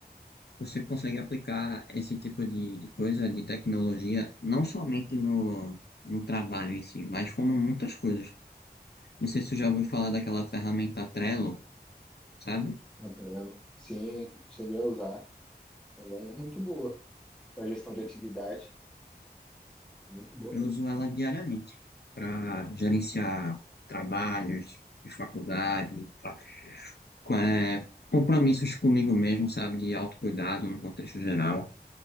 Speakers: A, on the left; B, in the centre.
A: você consegue aplicar esse tipo de, de coisa, de tecnologia, não somente no, no trabalho em si, mas como muitas coisas. Não sei se tu já ouviu falar daquela ferramenta Trello, sabe?
B: A Trello, sim, cheguei a usar também, é muito boa para gestão de atividade, é muito boa
A: Eu
B: mesmo.
A: uso ela diariamente para gerenciar trabalhos de faculdade, pra- com- é, compromissos comigo mesmo, sabe? De autocuidado no contexto geral.